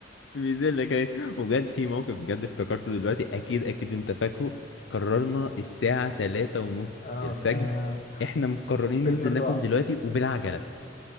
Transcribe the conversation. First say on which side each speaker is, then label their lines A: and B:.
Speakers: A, on the left (about 75°); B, on the left (about 45°).
A: بينزل لك ايه وبجد في موقف بجد افتكرته دلوقتي اكيد اكيد انت فاكره قررنا الساعة تلاتة ونص
B: اه
A: الفجر
B: يا
A: احنا مقررين
B: فيلم
A: ننزل
B: الرعب
A: ناكل دلوقتي وبالعجلة